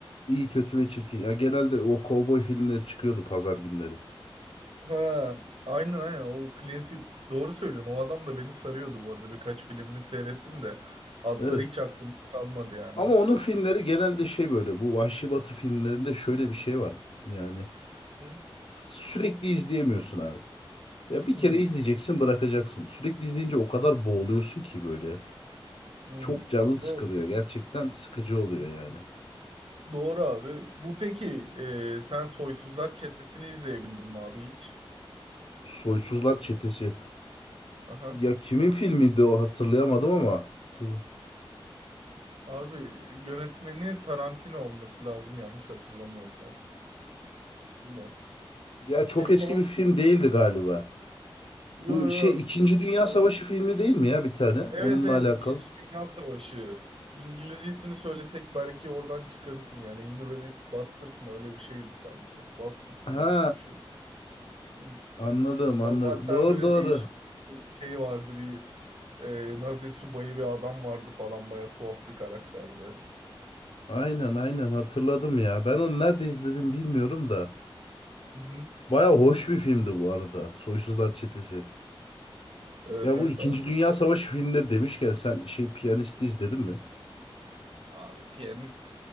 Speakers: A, on the left; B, on the right.
A: İyi, kötü ve çirkin. Ya genelde o kovboy filmleri çıkıyordu pazar günleri.
B: Ha, aynen aynen o Clint Eastwood doğru söylüyorsun. O adam da beni sarıyordu bu arada. Birkaç filmini seyrettim de adları
A: Evet.
B: hiç aklımda kalmadı yani.
A: Ama onun filmleri genelde şey böyle bu Vahşi Batı filmlerinde şöyle bir şey var. Yani
B: Hı?
A: sürekli izleyemiyorsun abi. Ya bir
B: Hmm.
A: kere izleyeceksin bırakacaksın. Sürekli izleyince o kadar boğuluyorsun ki böyle.
B: Hmm.
A: Çok canın sıkılıyor.
B: Doğru.
A: Gerçekten sıkıcı oluyor yani.
B: Doğru abi. Bu peki e, sen Soysuzlar Çetesi'ni izleyebildin mi abi hiç?
A: Soysuzlar Çetesi.
B: Aha.
A: Ya kimin filmiydi o hatırlayamadım ama. Dur.
B: Abi yönetmeni Tarantino olması lazım yanlış hatırlamıyorsam. Yine
A: Ya
B: şey
A: çok eski
B: falan.
A: bir film değildi galiba.
B: Yo
A: Bu
B: yo.
A: şey İkinci Dünya
B: Ee,
A: Savaşı filmi değil mi ya bir tane? Onunla
B: Evet evet
A: alakalı.
B: İkinci Dünya Savaşı. İngilizcesini söylesek belki oradan çıkarırsın yani. Inglourious Basterds mı öyle bir şeydi sanki. Basterds
A: Ha
B: mı öyle bir şey. Hı.
A: anladım
B: Orada
A: anladım.
B: hatta
A: Doğru
B: böyle
A: doğru.
B: değişik bir şey vardı bir e, Nazi subayı bir adam vardı falan baya tuhaf bir karakterdi.
A: Aynen aynen hatırladım ya. Ben onu nerede izledim bilmiyorum da.
B: Hı hı.
A: Baya hoş bir filmdi bu arada. Soysuzlar Çetesi.
B: Evet
A: Ya
B: evet
A: bu İkinci
B: abi.
A: Dünya Savaşı filmleri demişken sen şey Piyanisti izledin mi?
B: Abi piyanist